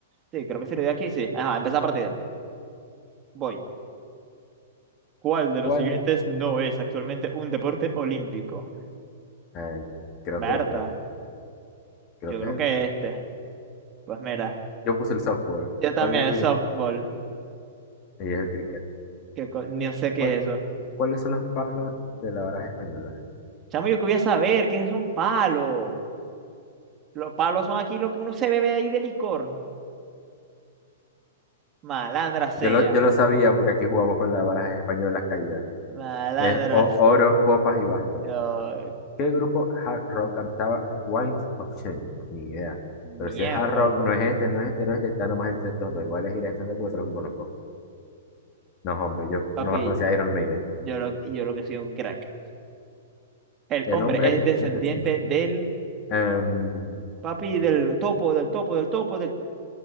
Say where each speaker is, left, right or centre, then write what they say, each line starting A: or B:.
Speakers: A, on the right; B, on the left.
A: sí, creo que sí lo di aquí, sí. Ajá, empezar partida. Voy. ¿Cuál de
B: ¿Cuál?
A: los siguientes no es actualmente un deporte olímpico?
B: Eh, creo
A: Berta,
B: que este, creo
A: yo
B: que
A: creo
B: es el...
A: que este. Pues mira,
B: Yo puse el softball.
A: yo también,
B: ¿Cuál es el
A: softball.
B: Sí, es el cricket.
A: Que co- no sé qué
B: ¿Cuál-
A: es eso.
B: cuáles son los palos de la baraja española?
A: Chamo, yo quería saber qué es un palo. Los palos son aquí lo que uno se bebe de ahí de licor. Malandra sea.
B: Yo lo, yo lo sabía porque aquí jugamos con la baraja española caída.
A: Malandra
B: Es o-
A: sea.
B: oros, copas y bastos.
A: Yo,
B: ¿Qué grupo hard rock cantaba Winds of Change? Ni idea. Pero
A: mierda
B: si es hard rock, no es este, no es este, no es este, está nomás entre estos dos. Igual es ir a estos dos porque son los que conozco. No, hombre, yo
A: Papi,
B: nomás conocía a Iron Maiden.
A: yo lo, yo lo que soy un crack. El
B: El
A: hombre
B: hombre
A: es descendiente
B: e, es el
A: del
B: em,
A: papi, del topo, del topo, del topo, del.